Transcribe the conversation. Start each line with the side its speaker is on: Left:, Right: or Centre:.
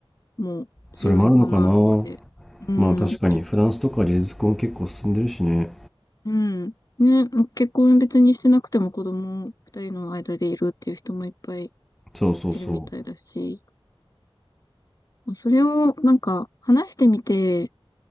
Left: も強いのかなって。
Centre: それもあるのかな。
Left: うん。
Centre: まあ確かにフランスとか事実婚結構進んでるしね。
Left: うん。ね、ま結婚別にしてなくても子供二人の間でいるっていう人もいっぱい
Centre: そうそうそ
Left: いるみたいだし、まあそれをなんか話してみて、